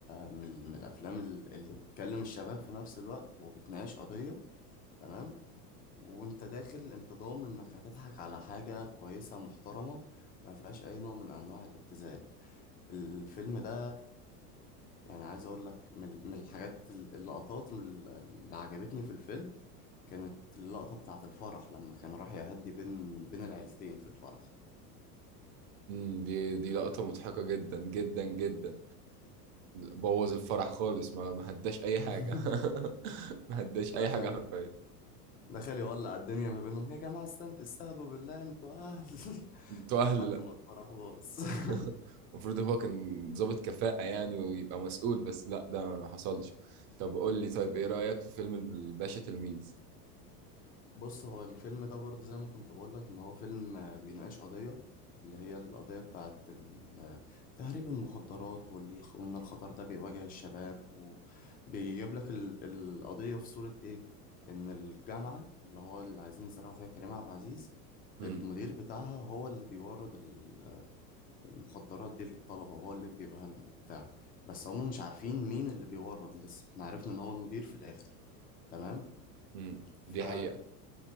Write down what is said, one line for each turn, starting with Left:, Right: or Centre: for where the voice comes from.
Left: من, ال- من الأفلام ال- اللي بتكلم الشباب في نفس الوقت وبتناقش قضية تمام وانت داخل انت ضامن انك هتضحك على حاجة كويسة محترمة ما فيهاش أي نوع من أنواع الابتذال الفيلم ده يعني عايز اقول لك من من الحاجات ال- اللقطات ال- اللي عجبتني في الفيلم كانت اللقطة بتاعة الفرح لما كان راح يهدي بين بين العيلتين في الفرح
Right: امم دي دي لقطه مضحكه جدا جدا جدا بوظ الفرح خالص ما ما هداش اي حاجه
Left: <laughs>
Right: <laughs> ما هداش اي
Left: دخل
Right: حاجه حرفيا
Left: دخل يولع الدنيا ما بينهم يا جماعة استند استهدوا بالله انتوا اهل <laughs>
Right: انتوا
Left: لحد
Right: اهل لا
Left: ما الفرح باظ
Right: <laughs>
Left: <laughs>
Right: المفروض هو كان ضابط كفاءة يعني ويبقى مسؤول بس لا ده ما حصلش طب قول لي طيب ايه رأيك في فيلم الباشا تلميذ
Left: بص هو الفيلم ده برضه زي ما كنت بقول لك ان هو فيلم آه، بيناقش قضية اللي هي القضية بتاعت ال- آه، تهريب المخدرات وال- وان الخطر ده بيواجه الشباب وبيجيب لك ال- القضية في صورة ايه ان الجامعة اللي هو اللي عايزين يزرعوا فيها كريم عبد العزيز
Right: امم
Left: المدير بتاعها هو اللي بيورد ال- المخدرات دي للطلبة وهو اللي بيجيبها لهم وبتاع بس هم مش عارفين مين اللي بيورد لسه احنا عرفنا ان هو المدير في الاخر تمام
Right: امم
Left: ف
Right: دي حقيقة